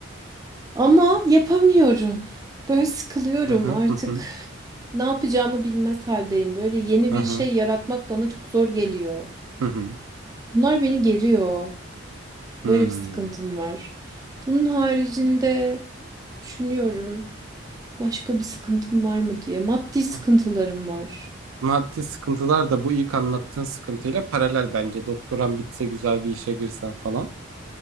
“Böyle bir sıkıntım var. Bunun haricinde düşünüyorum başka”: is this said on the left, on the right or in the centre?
Right